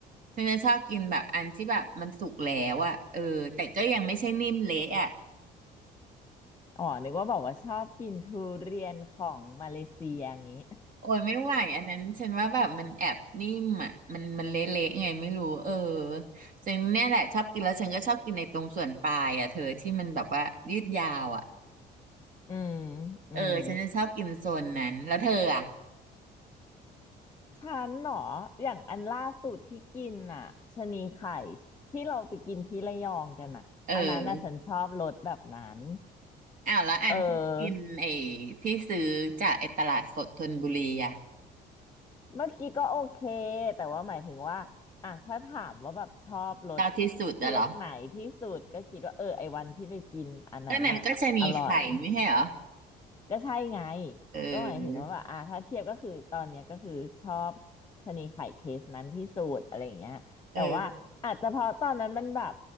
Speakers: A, on the right (about 50°); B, on the left (about 25°).
A: ฉันจะชอบกินแบบอันที่แบบมันสุกแล้วอ่ะเออแต่ก็ยังไม่ใช่นิ่มเละอ่ะ
B: อ๋อนึกว่าบอกว่าชอบกินทุเรียนของมาเลเซียอย่างงี้
A: โอ้ยไม่ไหวอันนั้นฉันว่าแบบมันแอบนิ่มอ่ะมันมันเละๆไงไม่รู้เออฉันเนี่ยแหละชอบกินแล้วฉันก็ชอบกินในตรงส่วนปลายอ่ะเธอที่มันแบบว่ายืดยาวอ่ะ
B: <laughs> อืมอืม
A: เออฉันจะชอบกินโซนนั้นแล้วเธออ่ะ
B: ฉันเหรออย่างอันล่าสุดที่กินอ่ะชะนีไข่ที่เราไปกินที่ระยองกันอ่ะอันนั้นอ่ะฉันชอบรสแบบนั้น
A: เอออ้าวแล้วอันที่กินไอ้
B: เออ
A: ที่ซื้อจากไอ้ตลาดสดธนบุรีอ่ะ
B: เมื่อกี้ก็โอเคแต่ว่าหมายถึงว่าอ่ะถ้าถามว่าแบบชอบรส
A: ชอบที่สุดอะเหรอ
B: เทือกไหนที่สุดก็คิดว่าเออไอวันที่ไปกินอันนั้นอ่ะอร่อย
A: ก็นั้นก็จะมีไข่ไม่ใช่เหรอ
B: ก็ใช่ไง
A: เออ
B: ก็หมายถึงว่าแบบอ่าถ้าเทียบก็คือตอนเนี้ยก็คือชอบชะนีไข่เทสนั้นที่สุดอะไรอย่างเงี้ยแต่ว่าอาจจะเพราะตอนนั้นมันแบบ
A: เออ